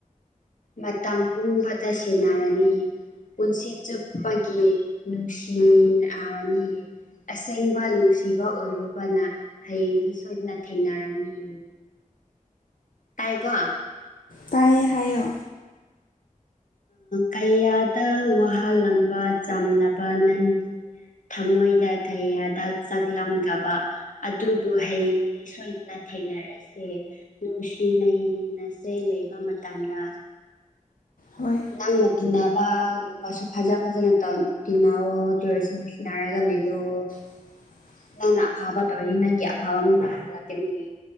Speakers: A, on the left; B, on the left.
A: ꯃꯇꯝ ꯄꯨꯝꯕꯗ ꯁꯦꯟꯅꯔꯅꯤ ꯄꯨꯟꯁꯤ ꯆꯨꯞꯄꯒꯤ ꯅꯨꯡꯁꯤꯅꯔꯅꯤ ꯑꯁꯦꯡꯕ ꯅꯨꯡꯁꯤꯕ ꯑꯣꯏꯔꯨꯕꯅ ꯍꯌꯦꯡꯗꯤ ꯁꯣꯏꯗꯅ ꯊꯦꯡꯅꯔꯅꯤ ꯇꯥꯏꯀꯣ
B: ꯇꯥꯏꯌꯦ ꯍꯥꯏꯌꯣ
A: ꯀꯌꯥꯗ ꯋꯥꯍꯜꯂꯝꯕ ꯆꯝꯂꯕ ꯅꯪꯒꯤ ꯊꯃꯣꯏꯗ ꯀꯌꯥꯗ ꯆꯥꯛꯂꯝꯒꯕ ꯑꯗꯨꯕꯨ ꯍꯌꯦꯡꯗꯤ ꯁꯣꯏꯗꯅ ꯊꯦꯡꯅꯔꯤ ꯑꯁꯦ ꯅꯨꯡꯁꯤꯅ ꯍꯤꯡꯃꯤꯟꯅꯁꯦ ꯂꯩꯕ ꯃꯇꯝꯗ
B: ꯍꯣꯏ
A: ꯅꯪꯅ ꯇꯤꯟꯅꯕ ꯕꯁꯨ ꯐꯖ ꯐꯖꯅ ꯇꯧ ꯇꯤꯟꯅꯑꯣ ꯑꯗꯣꯑꯣꯏꯔꯥꯁꯤ ꯁꯤꯟꯅꯔꯒ ꯂꯩꯑꯣ
B: <inaudible>
A: ꯅꯪꯅ ꯑꯐꯥꯕ ꯇꯧꯔꯤ ꯅꯪꯒꯤ ꯑꯐꯥꯕ ꯑꯃ ꯐꯥꯍꯜꯂꯛꯀꯅꯤ